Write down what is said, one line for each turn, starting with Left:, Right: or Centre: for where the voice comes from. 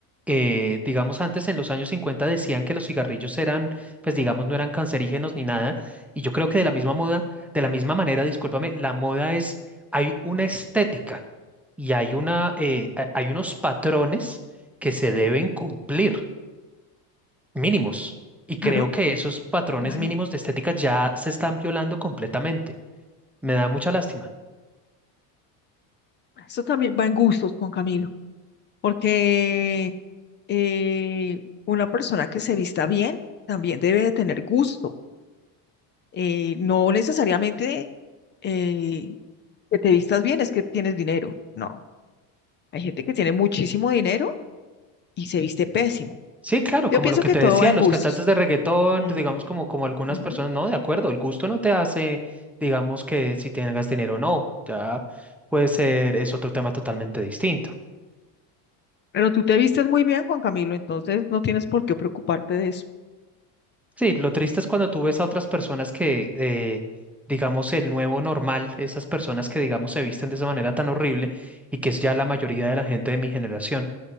Centre: eh, digamos, antes en los años 50 decían que los cigarrillos eran, pues digamos, no eran cancerígenos ni nada. Y yo creo que de la misma moda, de la misma manera, discúlpame, la moda es, hay una estética y hay una, eh, ha- hay unos patrones que se deben cumplir, mínimos. Y creo
Left: Claro,
Centre: que esos patrones
Left: claro.
Centre: mínimos de estética ya se están violando completamente. Me da mucha lástima.
Left: Esto también va en gustos, Juan Camilo, porque eh, una persona que se vista bien también debe de tener gusto. Eh, no necesariamente eh, que te vistas bien es que tienes dinero. No, hay gente que tiene muchísimo dinero y se viste pésimo.
Centre: Sí, claro,
Left: Yo
Centre: como
Left: pienso
Centre: lo que
Left: que
Centre: te
Left: todo
Centre: decía,
Left: va en
Centre: los
Left: gustos.
Centre: cantantes de reggaetón,
Left: Mm,
Centre: digamos como, como algunas
Left: ujú.
Centre: personas, no, de acuerdo, el gusto no te hace, digamos que si tengas dinero o no, ya puede ser, es otro tema totalmente distinto.
Left: Pero tú te vistes muy bien, Juan Camilo, entonces no tienes por qué preocuparte de eso.
Centre: Sí, lo triste es cuando tú ves a otras personas que, eh, digamos, el nuevo normal, esas personas que, digamos, se visten de esa manera tan horrible y que es ya la mayoría de la gente de mi generación.